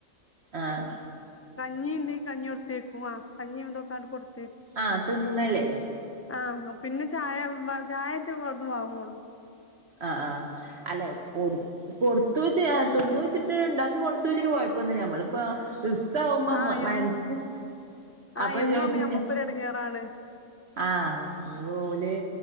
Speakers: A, on the right (about 60°); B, on the left (about 20°).
A: ആഹ്
B: കഞ്ഞിണ്ട് കഞ്ഞി കൊടുത്തേക്കും ആ കഞ്ഞി എന്തോ ക്കൊണ്ട്.
A: ആഹ തിന്നല്.
B: ആഹ് പിന്നെ ചായ ചായറ്റ അവ്ട്ന്ന് വാങ്ങൊള്ളൂ.
A: ആഹ ആഹ അല്ല പോ കൊടുത്തുച്ച് തിന്നൂച്ച്ട്ട് ഇണ്ടാക്കി കൊടുത്തു ച്ച്ട്ട് കൊയപ്പന്നൂം ല്ല ഞമ്മളിപ്പ സമൻസ്സ്
B: ആ എ ആ
A: അപ്പ
B: എന്നും
A: ചോയിച്ച്
B: ആവുമ്പോ ഞമ്മക്കൊരു
A: ഞാ
B: എടങ്ങേറാണ്.
A: ആഹ് ഓല്